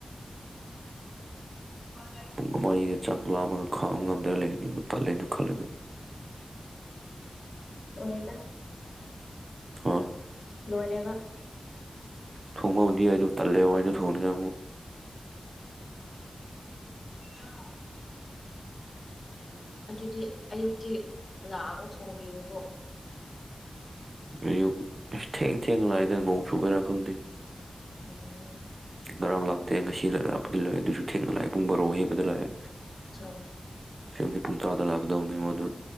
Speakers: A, on the left; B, on the right.
A: ꯍ
B: ꯄꯨꯡꯒ ꯃꯔꯤꯗ ꯆꯥꯛ ꯂꯥꯝꯃꯒ ꯈꯥꯝꯃꯒꯝꯗ ꯂꯩꯒꯅꯤ ꯑꯃꯨꯛ ꯇꯥꯂꯦꯗꯨ ꯈꯜꯂꯒ
A: ꯑꯣꯏꯗ
B: ꯑ
A: ꯂꯣꯏꯔꯦꯕ
B: ꯊꯣꯡꯃꯗꯤ ꯑꯗꯨ ꯇꯂꯦꯋꯥꯖꯅ ꯊꯣꯡꯅꯤ
A: ꯌꯥ ꯑꯗꯨꯗꯤ ꯑꯌꯨꯛꯇꯤ ꯂꯥꯛꯑꯒ ꯊꯣꯡꯕꯤꯔꯤꯕꯣ
B: ꯑꯌꯨꯛ ꯊꯦꯡ ꯊꯦꯡ ꯂꯥꯛꯑꯏꯗ ꯅꯣꯡ ꯆꯨꯕꯔꯥ ꯈꯪꯗꯦ
A: ꯎꯝ
B: <inaudible> ꯉꯔꯥꯡ ꯂꯥꯛꯇꯦ ꯉꯁꯤꯗ ꯂꯥꯛꯞꯄꯗꯤ ꯂꯥꯛꯑꯦ ꯑꯗꯨꯁꯨ ꯊꯦꯡꯅ ꯂꯥꯛꯑꯦ ꯄꯨꯡ ꯕꯥꯔꯣ ꯍꯦꯟꯕꯗ ꯂꯥꯛꯑꯦ
A: ꯆꯥꯎ
B: ꯁꯦꯝꯨꯝꯗꯤ ꯄꯨꯡ ꯇꯔꯥꯗ ꯂꯥꯛꯀꯗꯧꯅꯤ ꯃ ꯑꯗꯨ